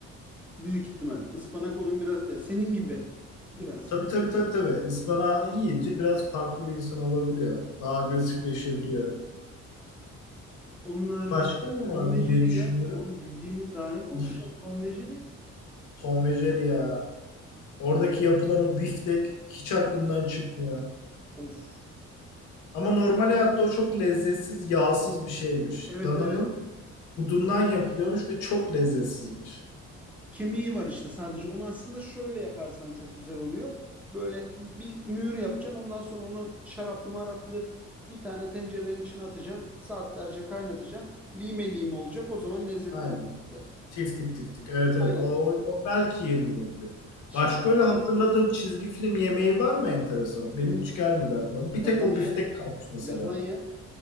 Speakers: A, in the centre; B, on the left (about 80°).
A: Büyük ihtimal. Ispanak onun biraz. Ya senin gibi. Biraz.
B: Tabii tabii tabii tabii. Ispanağı yiyince biraz farklı bir insan olabiliyor. Daha agresifleşebiliyor.
A: Onun haricinde
B: Başka ne vardı
A: Tom ve Jerry
B: diye düşünüyorum.
A: ya. Oğlum bildiğimiz daha ne konuşacak?
B: Uf,
A: Tom ve Jerry.
B: Tom ve Jerry ya. Oradaki yapılan o biftek hiç aklımdan çıkmıyor.
A: Of.
B: Ama normal hayatta o çok lezzetsiz, yağsız bir şeymiş.
A: Evet
B: Dananın
A: evet.
B: budundan yapılıyormuş ve çok lezzetsizmiş.
A: kemiği var işte sadece. Onu aslında şöyle yaparsan çok güzel oluyor. Böyle bir mühür yapacaksın. Ondan sonra onu şaraplı maraplı bir tane tencerenin içine atacaksın. Saatlerce kaynatacaksın. Lime lime olacak. O zaman lezzetli
B: Aynen.
A: olacak. da.
B: Tiftik tiftik. Evet evet.
A: Aynen.
B: O, o belki yenilebilir.
A: Şey
B: Başka öyle hatırladığın çizgi film yemeği var mı enteresan? Benim hiç gelmedi aklıma. Bir
A: lazanya,
B: tek o biftek kalmış mesela.
A: lazanya,